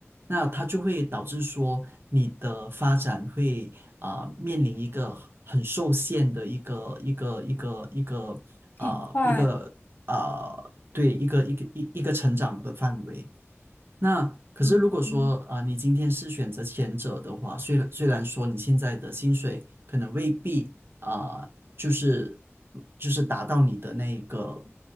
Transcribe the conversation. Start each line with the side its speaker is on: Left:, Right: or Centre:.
Right: 那它就会导致说你的发展会啊、呃面临一个很受限的一个一个一个一个啊一个啊对一个一个一一个成长的范围。
Left: 挺快，
Right: 那可是如果说啊、
Left: 嗯嗯。
Right: 你今天是选择前者的话，虽然虽然说你现在的薪水可能未必啊、就是就是达到你的那一个